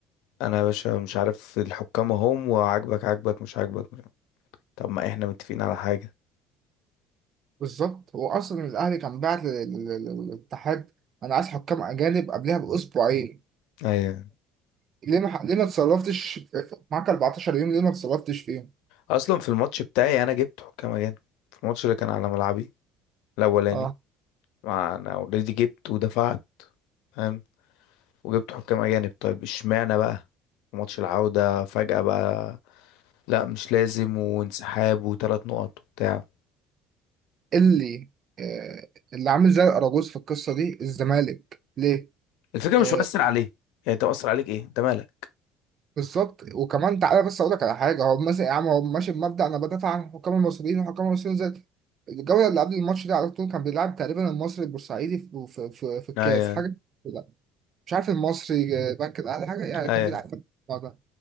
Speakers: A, on the left; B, on the right.
A: انا يا باشا مش عارف الحكام اهم وعاجبك عاجبك مش عاجبك مش عاجبك. طب ما احنا متفقين على حاجة
B: بالظبط هو اصلا الاهلي كان بعت لل- لل- لل- للاتحاد انا عايز حكام اجانب قبلها باسبوعين
A: ايوه
B: ليه ما ليه ما اتصرفتش معاك 14 يوم ليه ما اتصرفتش فيهم
A: اصلا في الماتش بتاعي انا جبت حكام اجانب في الماتش اللي كان على ملعبي الاولاني
B: اه
A: ما انا اوريدي جبت ودفعت فاهم وجبت حكام اجانب طيب اشمعنى بقى في ماتش العودة فجأة بقى لا مش لازم وانسحاب وثلاث نقط وبتاع
B: اللي آه، اللي عامل زي الاراجوز في القصه دي الزمالك ليه
A: الفكرة
B: آه،
A: مش مؤثر عليه يعني انت مؤثر عليك ايه انت مالك
B: بالظبط وكمان تعالى بس اقول لك على حاجه هو مثلا يا عم هو ماشي بمبدا انا بدافع عن الحكام المصريين والحكام المصريين زي الجوله اللي قبل الماتش دي على طول كان بيلعب تقريبا المصري البورسعيدي في, في, في, في الكاس
A: ايوه
B: حاجه لا مش عارف المصري آه، بنك الاهلي حاجه يعني
A: ايوه
B: كان بيلعب في الموضوع ده